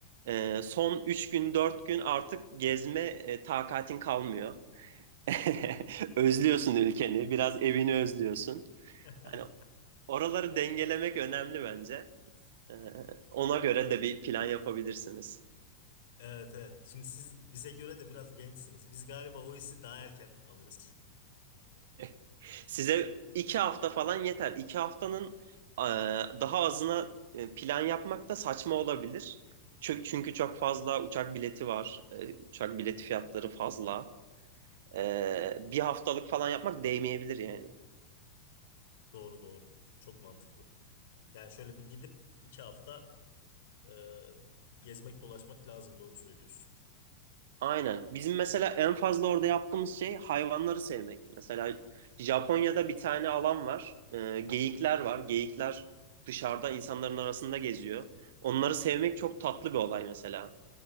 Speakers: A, on the right (about 60°); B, on the left (about 60°).
A: Ee, son 3 gün 4 gün artık gezme e, takatin kalmıyor. <laughs> Özlüyorsun ülkeni, biraz evini özlüyorsun.
B: <laughs>
A: Hani oraları dengelemek önemli bence. Ee, ona göre de bir plan yapabilirsiniz.
B: Evet evet. Şimdi siz bize göre de biraz gençsiniz. Biz galiba o hissi daha erken alırız.
A: <laughs> Size iki hafta falan yeter. İki haftanın e, daha azına e, plan yapmak da saçma olabilir. Çünkü, çünkü çok fazla uçak bileti var. E, uçak bileti fiyatları fazla. E, bir haftalık falan yapmak değmeyebilir yani.
B: Doğru doğru. Çok mantıklı. Yani şöyle bir gidip iki hafta e, gezmek dolaşmak lazım. Doğru söylüyorsun.
A: Aynen. Bizim mesela en fazla orada yaptığımız şey hayvanları sevmek. Mesela Japonya'da bir tane alan var. E, geyikler var. Geyikler dışarıda insanların arasında geziyor. Onları sevmek çok tatlı bir olay mesela.